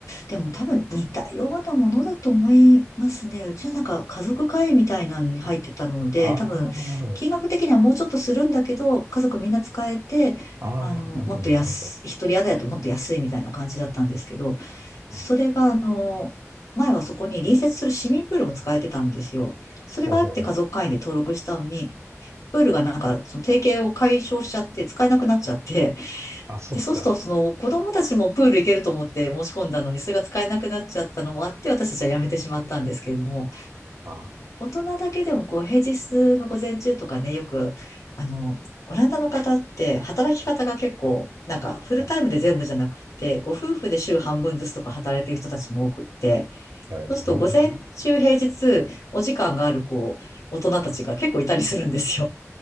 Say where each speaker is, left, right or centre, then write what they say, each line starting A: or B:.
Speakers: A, on the left; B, on the right.
A: でも多分似たようなものだと思いますね。うちはなんか家族会議みたいなのに入ってたので、
B: ああ、
A: 多分金額的にはもうちょっとするんだけど、
B: なるほど。
A: 家族みんな使えて、
B: ああ、
A: あの、
B: なるほど、
A: もっと安い、
B: なるほど。
A: 一人宿だともっと安いみたいな感じだったんですけど、それがあの、
B: あ
A: 前はそこに隣接する市民プールも使えてたんですよ。それがあって家族会員で登録したのに、
B: ほうほうほう
A: プールがなんかその提携を解消しちゃって使えなくなっちゃって、
B: あ、そうだったんですか。
A: で、そうすると、その子供たちもプール行けると思って申し込んだのに、それが使えなくなっちゃったのもあって、私たちはやめてしまったんですけれども、
B: ああ、
A: 大人だけでもこう、平日の午前中とかね、よく、あの、オランダの方って働き方が結構、なんかフルタイムで全部じゃなくて、
B: はい。
A: ご夫婦で週半分ずつとか働いてる人たちも多くって、
B: へえ
A: そうすると午前中平日お時間があるこう、大人たちが結構いたりするんですよ。